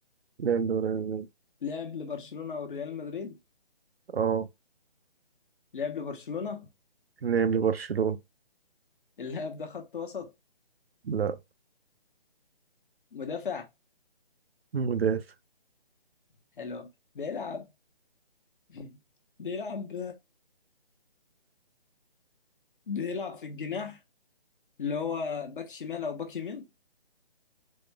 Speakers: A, on the right; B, on the left.
A: لاعب دوري أسباني.
B: لعب لبرشلونة او ريال مدريد
A: اه
B: لعب لبرشلونة
A: لعب لبرشلونة
B: اللاعب ده خط وسط
A: لا
B: مدافع
A: مدافع
B: حلو أوي. بيلعب <laughs> بيلعب بيلعب في الجناح اللي هو باك شمال او باك يمين